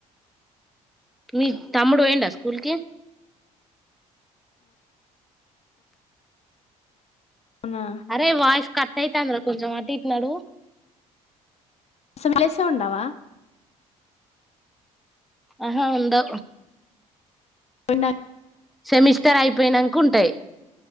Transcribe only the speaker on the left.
అవునా!
అస విలేసం ఉండవా
అన్న